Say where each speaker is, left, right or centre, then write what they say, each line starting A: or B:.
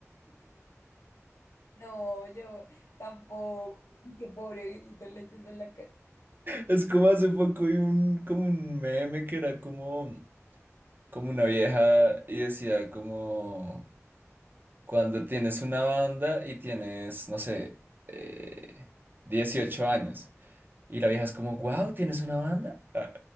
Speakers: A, on the left; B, on the right.
A: No, yo tampoco. Qué pobre viejito leyendo en la calle.
B: Es como hace poco hay un, como un meme que era como, como una vieja y decía como, cuando tienes una banda y tienes, no sé, eh, 18 años. Y
A: Qué
B: la vieja es como, wow, ¿tienes una banda? Ah,